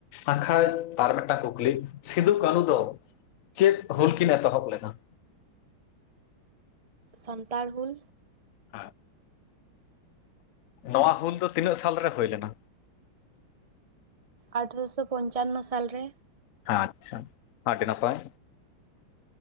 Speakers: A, on the left (about 80°); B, on the right (about 50°).
A: ᱟᱠᱷᱟᱡ ᱟᱨ ᱢᱤᱫᱴᱟᱝ ᱠᱩᱠᱞᱤ ᱥᱤᱫᱩ ᱠᱟᱹᱱᱩ ᱫᱚ ᱪᱮᱫ ᱦᱩᱞ ᱠᱤᱱ ᱮᱛᱚᱦᱚᱵ ᱞᱮᱫᱟ?
B: ᱥᱟᱱᱛᱟᱲ ᱦᱩᱞ
A: ᱦᱮᱸ ᱱᱚᱣᱟ ᱦᱩᱞ ᱫᱚ ᱛᱤᱱᱟᱹᱜ ᱥᱟᱞᱨᱮ ᱦᱩᱭ ᱞᱮᱱᱟ?
B: ᱟᱴᱷᱮᱨᱚᱥᱚ ᱯᱚᱧᱪᱟᱱᱱᱚ ᱥᱟᱞᱨᱮ
A: ᱟᱪᱪᱷᱟ ᱟᱹᱰᱤ ᱱᱟᱯᱟᱭ